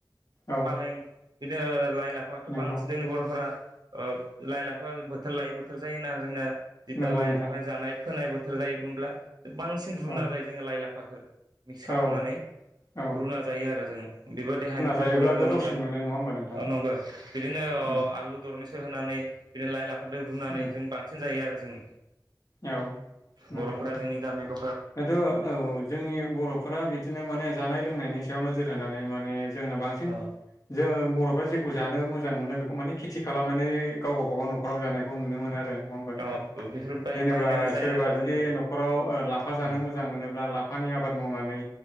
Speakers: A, on the left; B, on the right.
A: औ
B: फालें बिदिनो लाइ लाफायाथ'
A: नंगौ
B: बांसिन जोंनि बर'फोरा लाइ लाफा बोथोर लायै बोथोर जायोना जोंना जिथा
A: नंगौ
B: लाइ
A: नोंथां
B: लाफा जानाय फोनाय बोथोर जायोमोबोला बांसिन रुना
A: औ
B: जायो जोङो लाइ लाफाखौ मिक्स
A: औ
B: खालामनानै
A: औ
B: रुना जायो आरो जोङो बेबो देहानि थाखाय
A: जायोब्ला
B: रुना जा
A: गोथावसिन
B: मोजां
A: मोनो नङा होमबा नोंथां
B: नंगौ बिदिनो
A: उम
B: आलु दरनिसो होनानै बिदिनो लाइ लाफजों रुनानै
A: उम
B: जों बांसिन जायो आरो जोंनि
A: औ नंगौ
B: बर'फोरा
A: नोंथां
B: जोंनि गामि गफा
A: दाथ' औ जोंनि बर'फोरा बिदिनो माने जानाय लोंनायनि सायाव नोजोर होनानै माने जोंनो बांसिन
B: अ
A: जों बर'फ्रा खौ जानो मोजां मोनो बेखौ माने खेथि खालामनानै गाव गावबागाव न'खराव जानायखौ नुनो मोनो आरो नङा होमबा नोंथां
B: अ बेफोर बाय
A: जेनेबा
B: बायनानै जायानोखा
A: सोरबा जुदि
B: जोंनिया
A: न'खराव ओ लाफा जानो
B: उम
A: मोजां मोनोब्ला लाफानि आबाद मावनानै